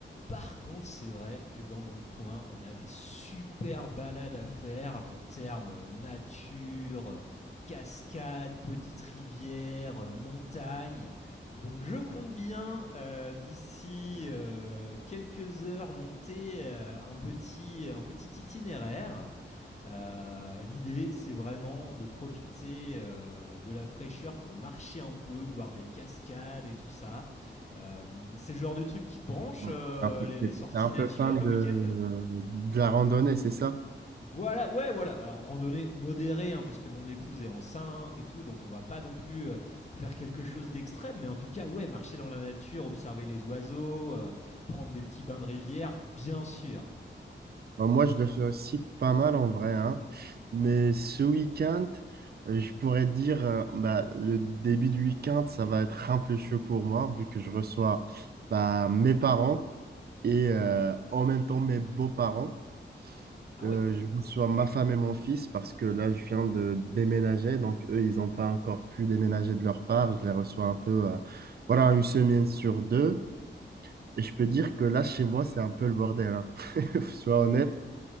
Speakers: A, on the left; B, on the right.
A: Par contre, c'est vrai que dans mon coin, on a des super balades à faire en termes euh, nature, euh, cascades, petites rivières, euh, montagnes. Donc je compte bien euh, d'ici euh, quelques heures monter euh, un, petit, un petit itinéraire. Euh, L'idée c'est vraiment de profiter euh, de la fraîcheur pour marcher un peu, voir des cascades et tout ça. Euh, c'est le genre de truc qui te branche,
B: Ouais.
A: euh,
B: Un peu-
A: les,
B: T'es
A: les
B: t'es
A: sorties
B: un peu
A: nature
B: fan
A: le
B: de,
A: week-end.
B: de la randonnée, c'est ça?
A: Voilà, ouais, voilà. Alors, randonnée modérée, hein, parce que mon épouse est enceinte et tout, donc on va pas non plus euh, faire quelque chose d'extrême, mais en tout cas, ouais, marcher dans la nature, observer les oiseaux, euh, prendre des petits bains de rivière, bien sûr.
B: Bah, moi, je le fais aussi pas mal en vrai, hein. Mais ce week-end, euh, je pourrais dire, euh, bah, le début du week-end, ça va être un peu chaud pour moi, vu que je reçois bah, mes parents et euh, en même temps mes beaux-parents.
A: Ah
B: Euh,
A: ouais,
B: je reçois ma femme et mon fils parce que là, je viens de déménager, donc eux, ils n'ont pas encore pu déménager de leur part. Je les reçois un peu, euh, voilà, une semaine sur deux. Et je peux dire que là, chez moi, c'est un peu le bordel, hein. <laughs> Sois honnête.